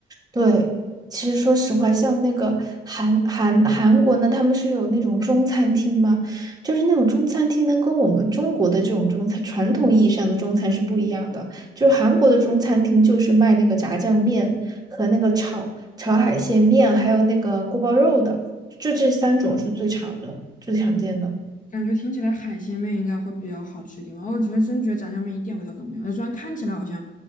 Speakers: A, on the right (about 20°); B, on the left (about 40°).
A: 对，其实说实话，像那个韩韩韩国呢，他们是有那种中餐厅嘛，就是那种中餐厅呢，跟我们中国的这种中餐传统意义上的中餐是不一样的。就是韩国的中餐厅就是卖那个炸酱面和那个炒炒海鲜面，还有那个锅包肉的，就这三种是最常的、最常见的。
B: 感觉听起来海鲜面应该会比较好吃一点吧。我觉得真觉得炸酱面一点味道都没有，虽然看起来好像